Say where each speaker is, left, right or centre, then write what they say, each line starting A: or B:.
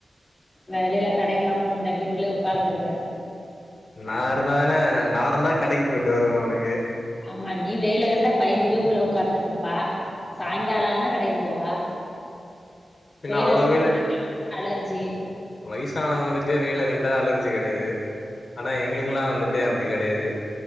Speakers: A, on the left; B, on the left.
A: அ இல்லல்ல கடைக்குலா போக மாட்டே வீட்டுகுல்லயே உக்கார்ந்துகுடுவே
B: நா இருந்தா என நா இருந்தா கடக்கி போயிட்டு வருவே ஒனக்கு
A: ஆமா நீ வெயில கண்டா பயந்து போய் உள்ள ஒக்காந்துட்ருப்பா சாய்ங்கால ஆனா கடைக்கி போவா
B: பின்ன
A: வேல
B: அவ்ளோ
A: கண்டு
B: வெயில்
A: உனக்காப்பு
B: அடி
A: அலர்ஜி
B: வயசானவங்களுக்கு வெயில கண்டா அலர்ஜி கெடையாது ஆனா எங்ளுக்லா வந்துட்டு அப்டி அப்டி கெடையாது